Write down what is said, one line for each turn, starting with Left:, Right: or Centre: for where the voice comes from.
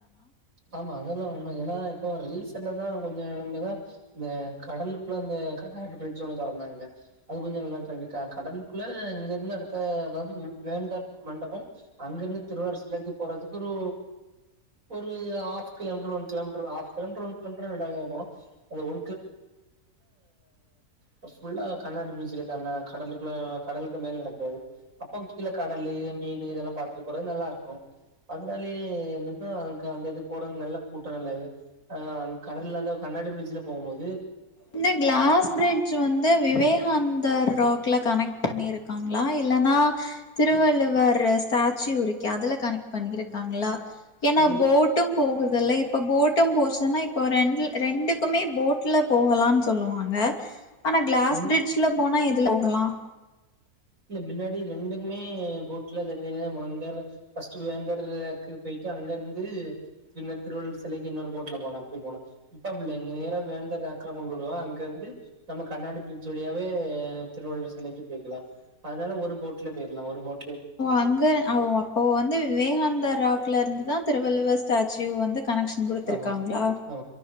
Right: ஆமா அதெல்லாம் உண்மை ஏன்னா இப்போ ரீசண்டாக தான் கொஞ்சம் நல்லதான் இந்த கடலுக்குள்ள இந்த கண்ணாடி பிரட்ஜ் ஒன்று தொடர்ந்தாங்க அது கொஞ்சம் நல்லா டரெண்டுக்கா கடலுக்குள்ள இங்க இருந்து அடுத்த அதாவது வேந்தா மண்டபம் அங்க இருந்து திருவாரூர் சிலைக்கு போறதுக்கு ஒரு ஒரு ஹாஃப் கிலோமீட்டர் ஒ கிலோமீட்டர் கிலோமீட்டர் ஒ கிலோமீட்டர் போனும் அது ஒ புல்லா கண்ணாடி பீச்சுல கடலுக்குள்ள கடலுக்கு மேல நடக்காது அப்போ கீழே கடலு மீன் இதெல்லாம் பார்த்துட்டு போறது நல்லா இருக்கும் அதனாலயே அதுக்கு அந்த இது போறது நல்ல கூட்டம் நல்லா இதுஹ அங்க கடல இருந்து கண்ணாடி பிரிட்ஜ்ல போகும் போது
Left: இந்த கிளாஸ் பிரட்ஜ் வந்து விவேகானந்தர் ராக் கனெக்ட் பண்ணியிருக்காங்களா இல்லைன்னா திருவள்ளுவர் ஸ்டாச்சு உரிக்கு அதுல கனெக்ட் பண்ணிருக்காங்களா ஏன்னா
Right: அது
Left: போட்டும் போகுதல்ல இப்ப போட்டும் போ இப்போ ரெண்டு ரெண்டுக்குமே போட்ல போகலான்னு சொல்லுவாங்க ஆனா கிளாஸ்
Right: மின்
Left: பிரிட்ஜ்ல போனா இல போகலாம்
Right: இல்ல முன்னாடி ரெண்டுமே போட்ல தனிதனியா முன்னாடி வேந்தர்க்குக்கு போயிட்டு அங்க இருந்துன் திருவள்ளுவர் சிலைக்கு இன்னொரு போட்ல போன அ போன இப்ப நேரம் வேந்தலாம் கொண்டு விடுவ அங்க இருந்து நம்ம கண்ணாடி பிரிட்ஜ் வழியாவே திருவள்ளுவர் சிலைக்கு போய்க்கலா ஒரு போட்ல போயிடலாம் ஒரு போட்
Left: அங்க அப்போ வந்து விவேகானந்தர் ராக்ல இருந்து தான் திருவள்ளுவர் ஸ்டாச்சூ வந்து கனெக்ஷன் கொடுத்துருக்காங்களா
Right: ஆமா ஆ